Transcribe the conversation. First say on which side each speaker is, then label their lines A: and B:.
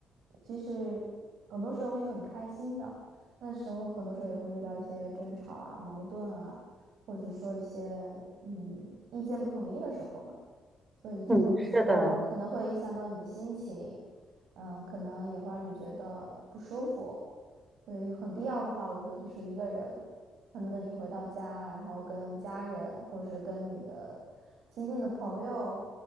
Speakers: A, on the right; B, on the right.
A: 其实很多时候是很开心的，那时候很多时候也会遇到一些争吵啊、矛盾啊，或者说一些嗯意见不统一的时候嘛，所以这种时候可能会影响到你的心情。
B: 嗯，是的，
A: 嗯，可能也会让你觉得不舒服，所以很必要的话，我觉得就是一个人，可能等你回到家，然后跟家人或者是跟你的亲近的朋友